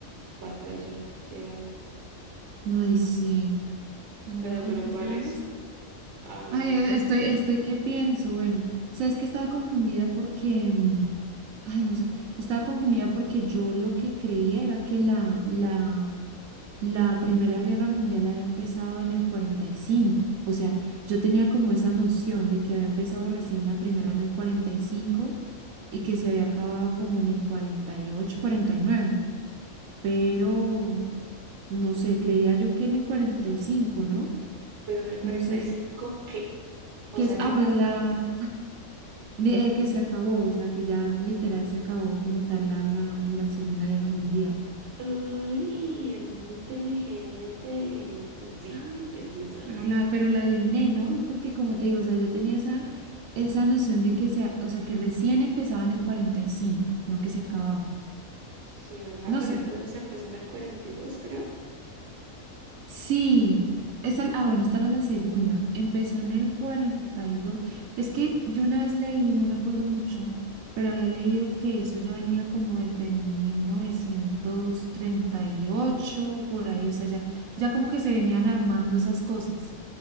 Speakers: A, on the right; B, on the right.
A: batalla que hay.
B: ay, sí. Bueno,
A: Bueno,
B: no,
A: pero
B: esperemos.
A: ¿cuáles habla?
B: Ay, eh, estoy, estoy, ¿qué pienso? Bueno, o sea, es que estaba confundida porque, mm, ay, no sé, estaba confundida porque yo lo que creía era que la, la La Primera Guerra Mundial había empezado en el cuarenta y cinco, O sea, yo tenía como esa noción de que había empezado recién la primera en el cuarenta y cinco y que se había acabado como en el cuarenta cuarenta y ocho, cuarenta y nueve, Pero, no sé, creería yo que en el 45, ¿no?
A: Pero en el cuarenta
B: No sé,
A: y
B: si-
A: cinco ¿qué? O
B: que
A: sea,
B: es, ah,
A: ¿qué pasó?
B: pues la, de- eh, que se acabó, o sea, que ya literal se acabó como tal la, la, la Segunda Guerra Mundial.
A: Uy, eres muy inteligente. Sí,
B: Ay,
A: es de esa.
B: bueno, la, pero la adiviné, ¿no? No, porque como te digo, o sea, yo tenía esa, esa noción de que se, o sea, que recién empezaba en el 45, no que se acababa.
A: Sí, ¿verdad?
B: No
A: Pero
B: sé.
A: entonces empezó en el 42 creo.
B: Sí. Esa, ah, bueno, esta era la segunda. Empezó en el 42. Es que yo una vez leí, no me acuerdo mucho, pero había leído que eso ya venía como desde 1938 por ahí, o sea, ya, ya como que se venían armando esas cosas.